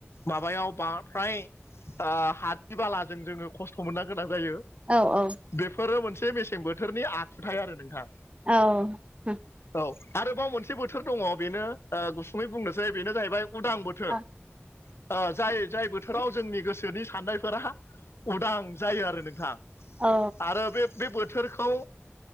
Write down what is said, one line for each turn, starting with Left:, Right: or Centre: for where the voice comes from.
Left: माबायाव बांद्राय हादि बालाजों जोङो खस्थ' मोननो गोनां जायो
Right: औ औ
Left: बेफोरो मोनसे मेसें बोथोरनि आखुथाय आरो नोंथां।
Right: औ औ
Left: औ आरोबाव मोनसे बोथोर दङ बेनो गुसुङै बुंनोसै बेनो जाहैबाय उदां बोथोर
Right: दङ
Left: ब जाय जाय ब बोथोराव जोंनि गोसोनि साननायफोरा उदां जायो आरो नोंथाङा
Right: अ
Left: आरो बे बे बोथोरखौ